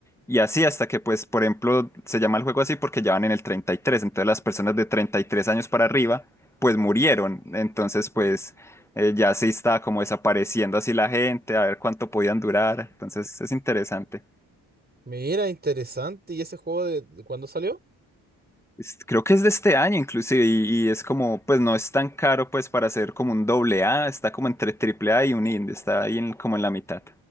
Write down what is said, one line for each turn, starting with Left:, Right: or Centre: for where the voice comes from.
Centre: Y así hasta que, pues, por ejemplo, se llama el juego así porque ya van en el treinta y tres Entonces las personas de 33 años para arriba, pues murieron. Entonces, pues,
Right: Mm.
Centre: eh, ya se está como desapareciendo así la gente, a ver cuánto podían durar. Entonces es interesante.
Right: Mira, interesante. ¿Y ese juego de, de cuándo salió?
Centre: Es- Creo que es de este año inclusive y, y es como, pues no es tan caro pues para hacer como un doble A, está como entre triple A y un indie, está ahí en- como en la mitad.